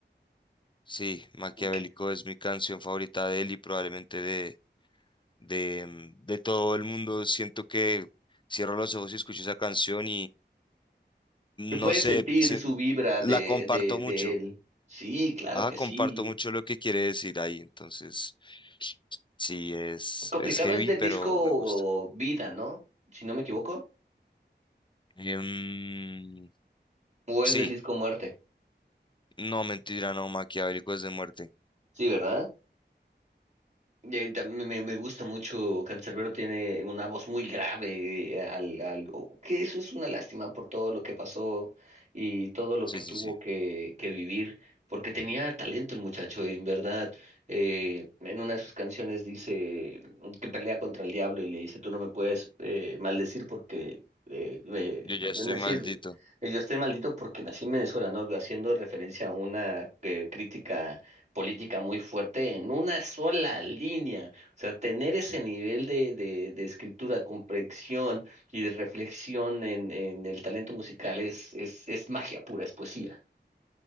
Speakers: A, on the left; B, on the right.
A: sí, Maquiavélico
B: Que
A: es mi canción favorita de él y probablemente de, de, em, de todo el mundo. Siento que cierro los ojos y escucho esa canción
B: que puedes
A: no sé,
B: sentir
A: si-
B: su vibra
A: la
B: de,
A: comparto
B: de,
A: mucho.
B: de él. Sí, claro
A: Ah,
B: que
A: comparto
B: sí.
A: mucho lo que quiere decir ahí. Entonces, sí, es,
B: Complicado
A: es heavy,
B: es del
A: pero
B: disco
A: me gusta.
B: Vida, ¿no? Si no me equivoco.
A: Em,
B: ¿O
A: sí,
B: es del disco Muerte?
A: no, mentira, no, maquiavélico es de muerte.
B: Sí, ¿verdad? Eh, tam- me, me gusta mucho, Cancerbero tiene una voz muy grave, eh, al, al- o- que eso es una lástima por todo lo que pasó y todo lo
A: Sí,
B: que tuvo
A: sí, sí.
B: que, que vivir, porque tenía talento el muchacho, y en verdad, eh, en una de sus canciones dice mm, que pelea contra el diablo y le dice, tú no me puedes eh, maldecir porque eh, me-
A: Yo ya
B: yo
A: estoy
B: nací,
A: maldito.
B: yo estoy maldito porque nací en Venezuela, ¿no? Haciendo referencia a una eh, crítica política muy fuerte en una sola línea. O sea, tener ese nivel de, de, de escritura, comprensión y de reflexión en, en el talento musical es, es, es magia pura, es poesía.